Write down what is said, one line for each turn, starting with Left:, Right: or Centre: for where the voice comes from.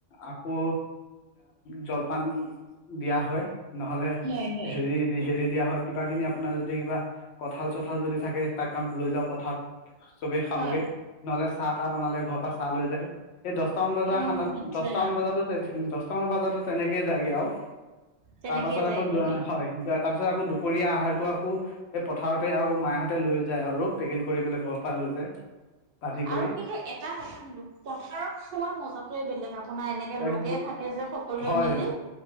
Left: আকৌ অ জলপান দিয়া হয়। নহ'লে
Right: হয় হয়
Left: হেৰি হেৰি দিয়া হয়। কিবা খিনি আপোনাৰ যদি কিবা কঁঠাল চঠাল যদি থাকে তাক কাম লৈ যাওঁ পথাৰত। চবে খাওগে,
Right: হয়
Left: নহলে চাহ তাহ বনালে ঘৰৰ পৰা চাহ লৈ যায়। এই দহটামান বজাৰ
Right: অ
Left: খানাত
Right: আচ্ছা
Left: দহটামান বজাতো দহটামান বজাতো তেনেকেইে যায়গে আও
Right: তেনেকেই
Left: তাৰ পাছত
Right: যায়গৈ
Left: আকৌ
Right: নি
Left: হয়। তাৰ পিছত আকৌ দুপৰীয়া আহাৰটো আকৌ সেই পথাৰতে আকৌ মাহঁতে লৈ যায় আৰু পেকিং কৰি পেলাই ঘৰ - পা লৈ যায়। বান্ধি কৰি
Right: আৰু কিন্তু এটা কথা কিন্তু পথাৰত খোৱা মজাটোয়ে বেলেগ আ- আপোনাৰ এনেকে
Left: এক
Right: লগে ভাগে যে সকলোৱে
Left: হয়
Right: মিলি